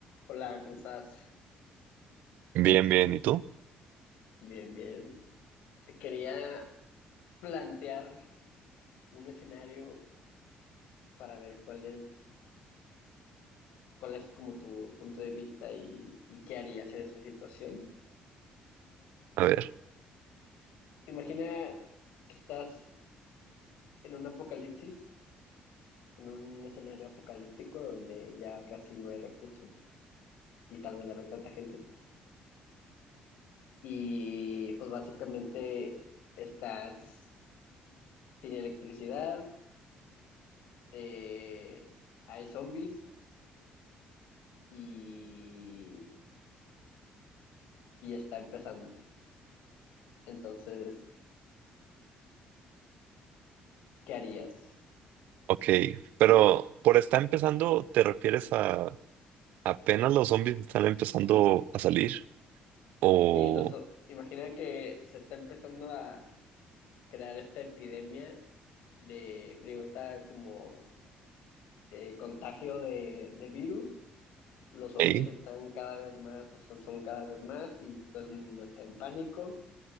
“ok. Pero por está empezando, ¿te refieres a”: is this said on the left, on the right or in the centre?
Right